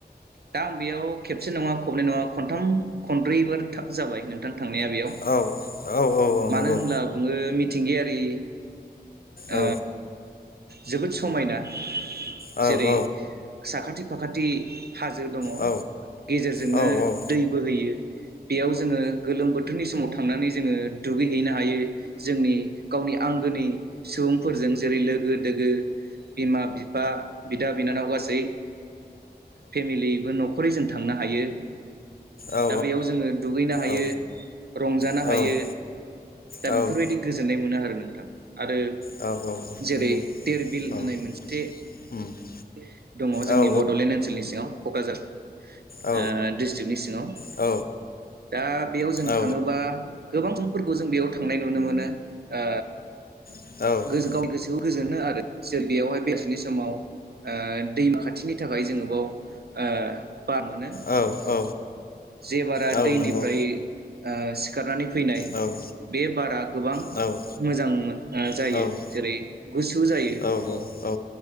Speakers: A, on the right (about 70°); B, on the left (about 65°).
A: दा आं बेयाव खेबसे नङा ख खनै नङा खनथाम खन ब्रैबार जाबाय नोंथां थांनाया बेयाव
B: औ औ औ
A: मानो
B: नंगौ
A: होनब्ला बुङो। थिंगियारि ओ
B: औ
A: जोबोद समायना
B: औ
A: जेरै
B: औ
A: साखाथि फाखाथि हाजो दङ
B: औ
A: गेजेरजोंनो
B: औ औ
A: दै बोहैयो बेयाव जोङो गोलोम बोथोरनि समाव थां थांनानै जोङो दुगैहैनो हा हायो जोंनि गावनि आंगोनि सुबुंफोरजों जेरै लोगो लोगो होस <unintelligible> बिमा बिफा बिदा बिनानाव गासै फेमिलिबो न'खरै जों थांनो हायो।
B: औ
A: दा बेयाव जोङो दुगैनो हायो
B: औ
A: रंजानो
B: औ
A: हायो दा
B: औ
A: बेफोरबायदि गोजोननाय मोनो आरो ना नोंथां आरो
B: औ
A: जेरै
B: नंगौ
A: ओ बिल
B: औ
A: होननाय मोनसे
B: उम
A: एस दङ जोंनि
B: औ
A: बड'लेण्ड ओनसोलनि सिङाव क'क्राझार
B: औ
A: ओ डिस्ट्रिक्नि सिङाव
B: औ
A: दा बेयाव जों
B: औ
A: थाङोबा गोबां सुबुंफोरखौ जों बेयाव थांनाय नुनो मोनो ओ
B: औ
A: गोस गाव गोसोआव गोजोनो आरो जो बेयावहाय बिसनिस समाव ओ दैमा खाथिनि थाखाय जोङो बाव ओ बार मोनो
B: औ औ
A: जे बारा
B: औ
A: दैनिफ्राय
B: नंगौ
A: ओ सिखारनानै फैनाय
B: औ औ
A: बे बारा गोबां
B: औ औ
A: मोजां ओ जायो
B: औ औ
A: जेरै गुसु जायो
B: औ